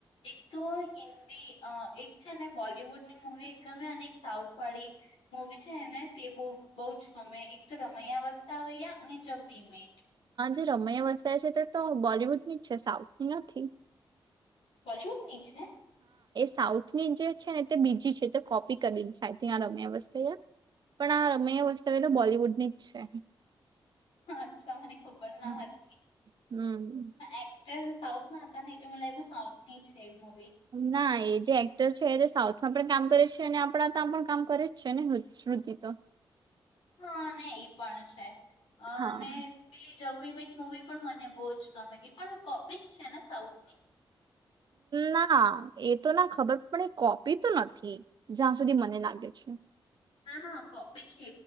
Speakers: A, on the left (about 90°); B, on the right (about 50°).
A: એક તો હિન્દી અ એક છે ને બોલિવુડની મુવી એક ગમે અને એક સાઉથ વાળી મુવી છે એને તે બ બહુ જ ગમે એક તો રમૈયા વસ્તાવૈયા અને જવી મેટ.
B: જે રમૈયા વસ્તા વૈયા છે તે તો બોલિવુડની જ છે સાઉથ ની નથી.
A: બોલીવુડ ની છે.
B: સાઉથ ની જે છે ને તે બીજી છે તે કોપી કરી જાય રમૈયા વસ્તાવૈયા. પણ આ રમૈયા વસ્તાવૈયા તો બોલિવુડની જ છે.
A: અચ્છા મને ખબર ના
B: હા.
A: હતી
B: હમ
A: એક્ટર સાઉથ ના હતા નહીતો સાઉથની છે એ મૂવી.
B: ના એજ જે એક્ટર છે એ સાઉથમાં પણ કામ કરે છે અને આપણા ત્યા પણ કામ કરે જ છે ને શુંત્રિ તો.
A: હા ને ઈ પણ છે
B: હા.
A: ને પેલી જવ મીટ મવી પણ મને બહુ જ ગમે એ પણ કોપી જ છે ને સાઉથની!
B: ના એ તો ના ખબર પણ એ કોપી તો નથી જ્યાં સુધી મને લાગે. છે.
A: ના ના કોપી છે.